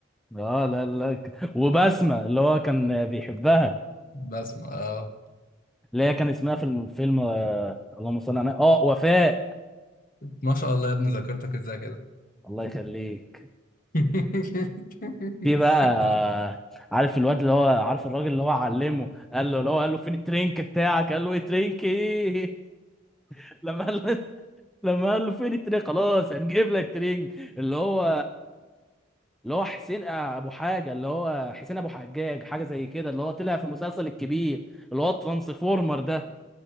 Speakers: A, in the centre; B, on the left.
A: اه لا لا لا ك- وبسمة اللي هو كان بيحبها
B: بس ما آه.
A: اللي هي كان اسمها في الفيلم آه اللهم صل على اه وفاء
B: ما شاء الله يا ابني ذاكرتك ازاي كده
A: الله يخليك
B: <laughs>
A: في بقى آه،
B: أنا
A: عارف الواد اللي هو عارف الراجل اللي هو علمه قال له اللي هو قال له فين الترينك بتاعك قال له ايه ترينك ايه <laughs> لما قال له لما قال له فين الترينك خلاص هنجيب لك ترينك اللي هو اللي هو حسين ابو حاجه اللي هو حسين ابو حجاج حاجه زي كده اللي هو طلع في مسلسل الكبير اللي هو الترانسفورمر ده